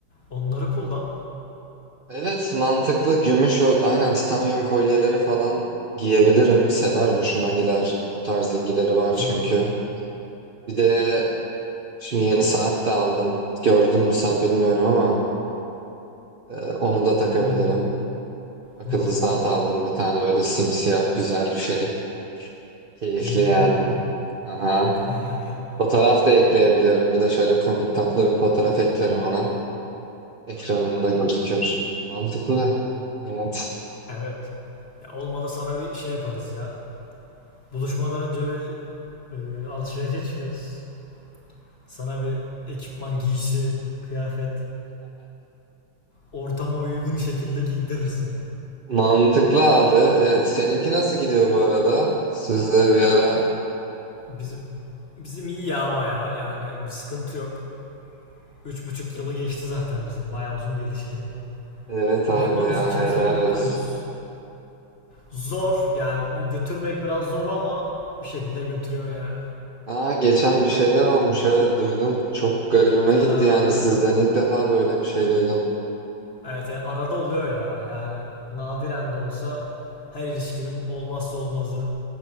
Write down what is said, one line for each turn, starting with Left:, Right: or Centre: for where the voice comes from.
Left: Onları kullan.
Right: Evet mantıklı gümüş o aynen titanyum kolyeleri falan giyebilirim. Sever hoşuna gider. O tarz ilgileri var çünkü.
Left: Tabii.
Right: Bir de şimdi yeni saat de aldım. Gördün mü sen bilmiyorum ama e, onu da takabilirim.
Left: Hmm.
Right: Akıllı
Left: Hı hı.
Right: saat aldım bir tane böyle simsiyah güzel bir şey. Keyifli
Left: Hmm.
Right: yani. Aha.
Left: <laughs>
Right: Fotoğraf da ekleyebiliyorum. Bir de şöyle komik tatlı bir fotoğraf eklerim ona. ekranında gözükür. Mantıklı. Evet.
Left: Evet. Ya olmadı sana bir şey yaparız ya. Buluşmadan önce bir e, alışverişe çıkarız. Sana bir ekipman, giysi, kıyafet, ortama uygun şekilde giydiririz seni.
Right: Mantıklı abi. E, seninki nasıl gidiyor bu arada? Sizde bir ara.
Left: Bizim bizim iyi ya bayağı yani bir sıkıntı yok. Üç buçuk yılı geçti zaten bizim bayağı uzun bir ilişki.
Right: Evet
Left: Memnunuz
Right: abi ya
Left: ikimiz
Right: helal
Left: de mutluyuz.
Right: olsun.
Left: Zor yani götürmek biraz zor ama bir şekilde götürüyor ya.
Right: Aa, geçen bir şeyler olmuş evet duydum. Çok garibime
Left: Ha,
Right: gitti yani sizden ilk defa böyle bir şey duydum.
Left: evet yani arada oluyor ya yani nadiren de olsa her ilişkinin olmazsa olmazı.